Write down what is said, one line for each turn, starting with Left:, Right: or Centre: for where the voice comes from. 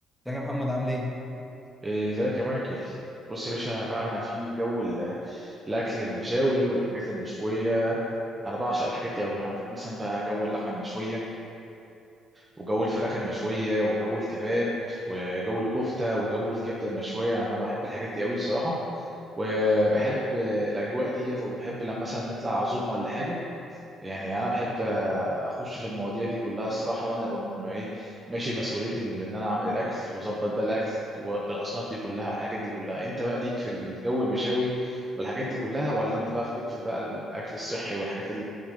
Centre: ازيك يا محمد عامل ايه؟
Right: إيه، ازيك يا مايكل بص يا باشا بقى انا في جو ال- الاكل المشاوي والحاجات المشويه انا بعشق الحاجات دي قوي عندك مثلا بقى جو اللحمه المشويه وجو الفراخ المشويه وجو الكباب وجو الكفته وجو الكبده المشويه انا بحب الحاجات دي قوي الصراحه وبحب الاجواء ديت وبحب لما مثلا نطلع عزومه ولا حاجه يعني انا بحب آه، اخش في المواضيع دي كلها الصراحه وانا بم- ايه ماشي مسؤوليه ال- ان انا اعمل الاكل واظبط بقى الاكل و- بالاصناف دي كلها والحاجات دي كلها انت بقى ليك في الجو المشاوي والحاجات دي كلها ولا انت بقى ليك في بقى الاكل الصحي والحاجات